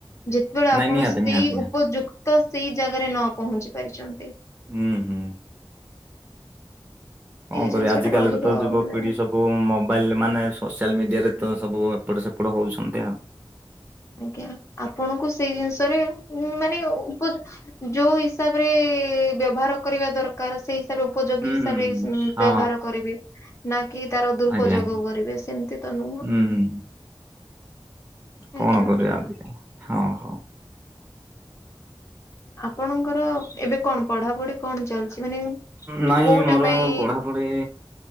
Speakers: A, on the left; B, on the right.
A: ଯେତେବେଳେ ଆପଣ
B: ନାଇଁ ନିହାତି
A: ସେଇ
B: ନିହାତି ନିହାତି
A: ଉପଯୁକ୍ତ ସେଇ ଜାଗାରେ ନ ପହଞ୍ଚି ପାରିଛନ୍ତି।
B: ହୁଁ ହୁଁ। କଣ
A: ଏଇ
B: କରିବି
A: ଜିନିଷ
B: ଆଜ
A: ଟା
B: କାଲିରେ
A: ରହିବ
B: ତ
A: ଆଉ
B: ଯୁବପିଢି
A: ମନରେ।
B: ସବୁ କୋଉ ମୋବାଇଲ ମାନେ ସୋସିଆଲ ମିଡିଆ ରେ ତ ସବୁ ଏପଟ ସେପଟ ହଉଛନ୍ତି ଆଉ।
A: ଆଜ୍ଞା ଆପଣଙ୍କୁ ସେଇ ଜିନିଷରେ ମାନେ ଉପ ଯୋଉ ହିସାବ ରେ ବ୍ୟବହାର କରିବା ଦରକାର ସେଇ ଉପଯୋଗୀ
B: ହୁଁ
A: ହିସାବରେ
B: ହୁଁ ହୁଁ ହଁ
A: ବ୍ୟବହାର କରିବି। ନା କି ତାର ଦୁରୁପଯୋଗ
B: ଆଜ୍ଞା ଆଜ୍ଞା
A: କରିବେ ସେମିତି ତ ନୁହଁ।
B: ହୁଁ ହୁଁ କଣ
A: ଆଜ୍ଞା।
B: କରିବା ହଁ ହଁ।
A: ଆପଣଙ୍କର ଏବେ କଣ ପଢାପଢି କଣ ଚାଲିଛି ମାନେ
B: ନାଇଁ
A: କୋଉଟା
B: ମୋର
A: ପାଇଁ
B: ପଢାପଢି